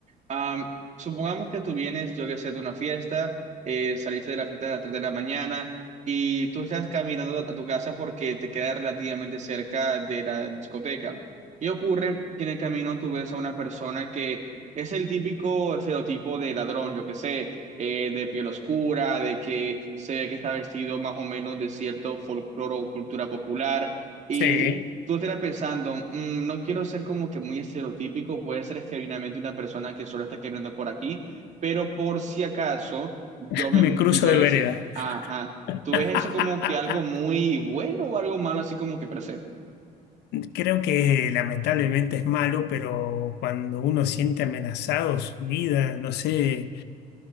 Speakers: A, on the right; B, on the left.
A: Am, supongamos que tú vienes, yo que sé, de una fiesta, eh, saliste de la fiesta a las 3 de la mañana y tú estás caminando a tu casa porque te queda relativamente cerca de la discoteca. Y ocurre que en el camino tú ves a una persona que es el típico estereotipo de ladrón, yo que sé, eh, de piel oscura, de que se ve que está vestido más o menos de cierto folclore o cultura popular y
B: Sí,
A: tú estarás pensando, "Mm, no quiero ser como que muy estereotípico, puede ser genuinamente una persona que solo está escribiendo por aquí, pero por si acaso yo
B: <laughs>
A: me
B: me cruzo
A: quito
B: de
A: de
B: vereda.
A: ese. Ajá.
B: <laughs>
A: ¿Tú ves eso como que algo muy bueno o algo malo así como que percibes?
B: Creo que lamentablemente es malo, pero cuando uno siente amenazado su vida, no sé,